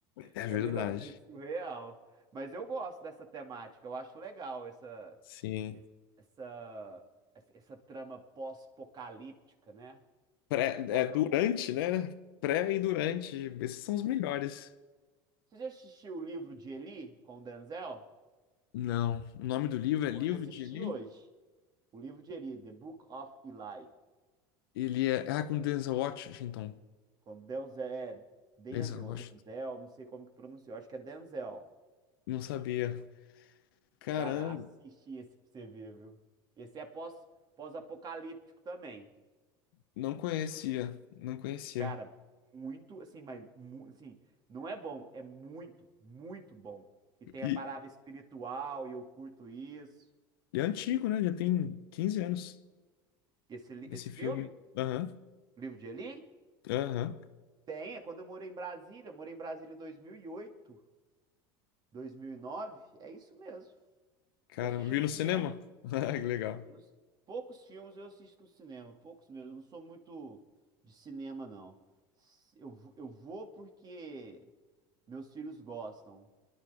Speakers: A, on the left; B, on the right.
A: é
B: entendeu?
A: verdade.
B: É bem surreal. Mas eu gosto dessa temática, eu acho legal essa
A: Sim.
B: essa essa, essa trama pós-apocalíptica, né?
A: Pré,
B: Pós-apocalíptica.
A: é durante, né? Pré e durante. Esses são os melhores.
B: Você já assistiu o livro de Eli com o Denzel?
A: Não. O nome do livro é Livro
B: Pode assistir
A: de Eli?
B: hoje. O livro de Eli, The Book of Eli.
A: Ele é. Ah, com Denzel Washington.
B: Com Denzel, é Denzel
A: Denzel
B: ou
A: Washington.
B: Denzel, não sei como que pronunciou. Acho que é Denzel.
A: Não sabia. Caramba.
B: Cara, assiste esse pra você ver, viu? Esse é pós, pós-apocalíptico também.
A: Não conhecia, não conhecia.
B: Cara, muito, assim, mas, mu- assim, não é bom, é muito, muito bom. E
A: E,
B: tem a parada espiritual, e eu curto isso.
A: e é antigo, né? Já tem 15 anos
B: Esse, li-
A: esse
B: esse
A: filme.
B: filme?
A: Aham,
B: O livro de Eli?
A: aham.
B: Tem, é quando eu morei em Brasília, eu morei em Brasília em 2008, 2009, é isso mesmo.
A: Caramba,
B: Eu assisti
A: viu
B: no
A: no
B: cinema,
A: cinema? <laughs> Ah, que legal.
B: assisti nos- poucos filmes eu assisto no cinema, poucos mesmo, eu não sou muito de cinema não. Eu, vo- eu vou porque meus filhos gostam,